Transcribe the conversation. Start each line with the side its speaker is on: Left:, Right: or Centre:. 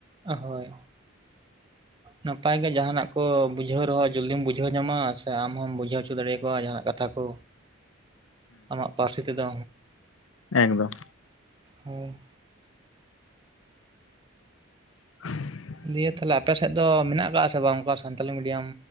Right: ᱦᱚᱭ ᱱᱟᱯᱟᱭ ᱜᱮ ᱡᱟᱦᱟᱱᱟᱜ ᱠᱚ ᱵᱩᱡᱷᱟᱹᱣ ᱨᱮᱦᱚᱸ ᱡᱚᱞᱫᱤᱢ ᱵᱩᱡᱟ ᱵᱩᱡᱷᱟᱹᱣ ᱧᱟᱢᱟ ᱥᱮ ᱟᱢ ᱦᱚᱢ ᱵᱩᱡᱷᱟᱹᱣ ᱚᱪᱚ ᱫᱟᱲᱮ ᱟᱠᱚᱣᱟ ᱡᱟᱦᱟᱱᱟᱜ ᱠᱟᱛᱷᱟ ᱠᱚ ᱟᱢᱟᱜ ᱯᱟᱥ <unintelligible>
Left: ᱮᱠ ᱫᱚᱢ
Right: ᱦᱚᱸ
Left: <unintelligible>
Right: ᱫᱤᱭᱮᱹ ᱛᱟᱦᱞᱮ ᱟᱯᱮᱥᱮᱫ ᱫᱚ ᱢᱮᱱᱟᱜ ᱠᱟᱜ-ᱟ ᱥᱮ ᱵᱟᱝ ᱚᱠᱟ ᱥᱟᱱᱛᱟᱞᱤ ᱢᱤᱰᱤᱭᱟᱹᱞᱢ